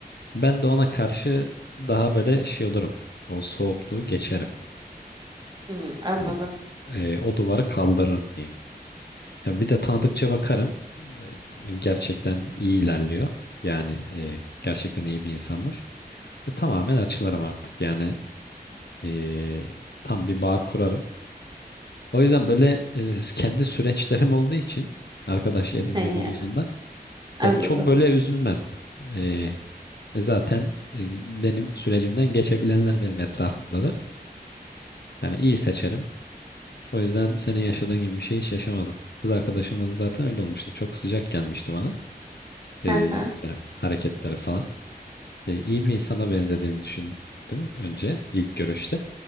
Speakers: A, on the left; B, on the right.
A: ben de ona karşı daha böyle şey olurum. O soğukluğu geçerim.
B: Hmm, anladım.
A: Hani e, o duvarı kaldırırım diyeyim. Ha, bir de tanıdıkça bakarım. E, gerçekten iyi ilerliyor. Yani e, gerçekten iyi bir insanmış. E, tamamen açılırım artık. Yani e, tam bir bağ kurarım. O yüzden böyle e, kendi süreçlerim olduğu için arkadaş edinme
B: He,
A: konusunda
B: anladım.
A: yani çok böyle üzülmem. E, e, zaten e, benim sürecimden geçebilenler benim etrafımdadır. Yani iyi seçerim. O yüzden senin yaşadığın gibi bir şey hiç yaşamadım. Kız arkadaşımla da zaten öyle olmuştu. Çok sıcak gelmişti bana.
B: Hı
A: Ee,
B: hı.
A: işte hareketleri falan. Ee, iyi bir insana benzediğini düşündüm önce ilk görüşte.